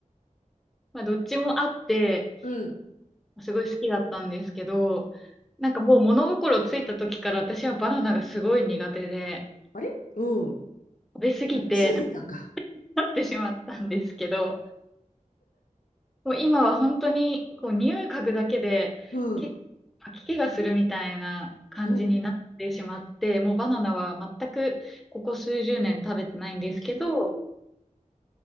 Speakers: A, in the centre; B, on the left.
A: まあ、どっちもあって、
B: うん。
A: すごい好きだったんですけど、なんかもう物心ついた時から私はバナナがすごい苦手で、
B: あれうん。
A: 食べ過ぎて食
B: 楽しすぎたか。
A: べなってしまったんですけど、こう今は本当にこう匂い嗅ぐだけでけ吐き気がするみたいな感じになってしまって、
B: うん。うん。
A: もうバナナは全くここ数十年食べてないんですけど、